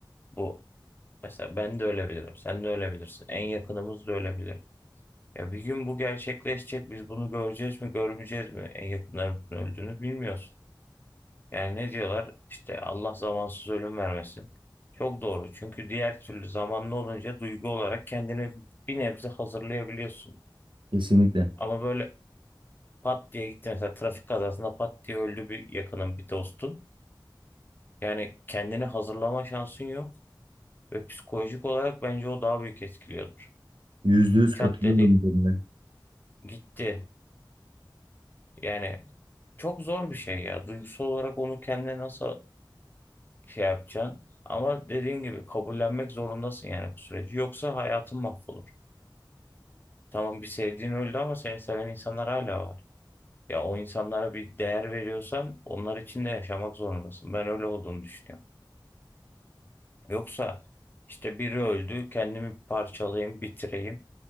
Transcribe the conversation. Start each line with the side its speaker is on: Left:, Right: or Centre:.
Left: Bu mesela ben de ölebilirim. Sen de ölebilirsin. En yakınımız da ölebilir. Ya bir gün bu gerçekleşecek. Biz bunu göreceğiz mi, görmeyeceğiz mi? En yakınlarımızın öldüğünü bilmiyoruz. Yani ne diyorlar? İşte Allah zamansız ölüm vermesin. Çok doğru. Çünkü diğer türlü zamanlı olunca duygu olarak kendini bir nebze hazırlayabiliyorsun.
Right: Kesinlikle.
Left: Ama böyle pat diye gitti mesela trafik kazasında pat diye öldü bir yakının bir dostun. Yani kendini hazırlama şansın yok ve psikolojik olarak bence o daha büyük etkiliyordur.
Right: Yüzde yüz
Left: Çat
Right: katılıyorum
Left: dedi
Right: bu konuda.
Left: gitti. Yani çok zor bir şey ya. Duygusal olarak onu kendine nasıl şey yapacaksın. Ama dediğin gibi kabullenmek zorundasın yani bu süreci. Yoksa hayatın mahvolur. Tamam bir sevdiğin öldü ama seni seven insanlar hala var. Ya o insanlara bir değer veriyorsan onlar için de yaşamak zorundasın. Ben öyle olduğunu düşünüyorum. Yoksa işte biri öldü, kendimi parçalayayım, bitireyim.